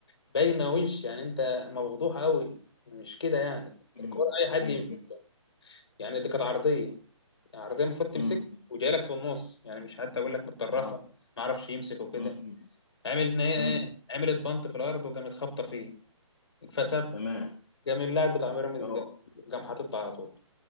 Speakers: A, on the left; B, on the left.
A: باينه وش يعني انت مفضوح قوي مش كده يعني
B: امم
A: الكوره اي حد
B: امم
A: يمسكها يعني دي كانت عرضيه العرضيه المفروض تمسك
B: امم امم
A: وجاي لك في النص يعني مش حتى اقول لك متطرفه
B: اه
A: ما عرفش يمسك وكده
B: امم
A: عامل ان هي ايه
B: امم
A: عملت بنط في الارض وقامت خابطه فيه فسب
B: تمام
A: قام اللاعب بتاع بيراميدز
B: اه
A: قام قام حاططها على طول